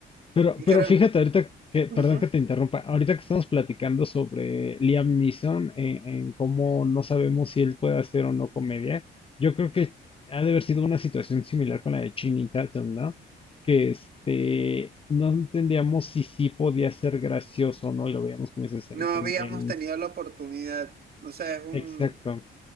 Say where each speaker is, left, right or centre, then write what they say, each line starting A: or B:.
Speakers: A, on the left; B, on the right.
A: Pero,
B: Y
A: pero
B: claro,
A: fíjate, ahorita que, perdón
B: Ujú.
A: que te interrumpa, ahorita que estamos platicando sobre Liam Neeson, en, en cómo no sabemos si él puede hacer o no comedia, yo creo que ha de haber sido una situación similar con la de Channing Tatum, ¿no? Que este, no entendíamos si sí podía ser gracioso o no, y lo veíamos como dices
B: No
A: en,
B: habíamos
A: en, en-
B: tenido la oportunidad. O sea, es un...
A: exacto.